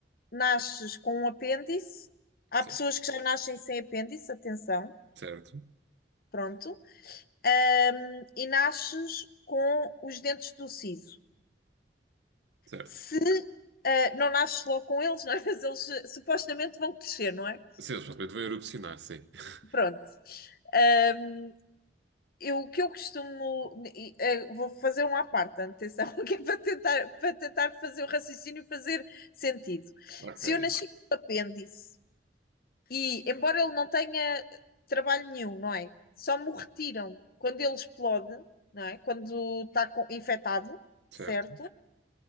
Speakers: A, on the left; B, on the right.
A: nasces com um apêndice. Há
B: cer-
A: pessoas que já nascem sem apêndice, atenção,
B: certo,
A: pronto. Um, e nasces com os dentes do siso.
B: certo.
A: Se uh, não nasces logo com eles, <laughs> não é? mas eles uh, supostamente vão crescer, não é?
B: Sim, eles supostamente vão erupcionar, sim. <laughs>
A: Pronto. Um, eu, o que eu costumo. Uh, vou fazer um à parte, atenção, <laughs> que é para tentar, para tentar fazer o raciocínio fazer sentido.
B: Ok,
A: Se eu nasci com um apêndice E, embora ele não tenha trabalho nenhum, não é? Só me o retiram quando ele explode, não é? Quando está com- infectado,
B: certo.
A: certo?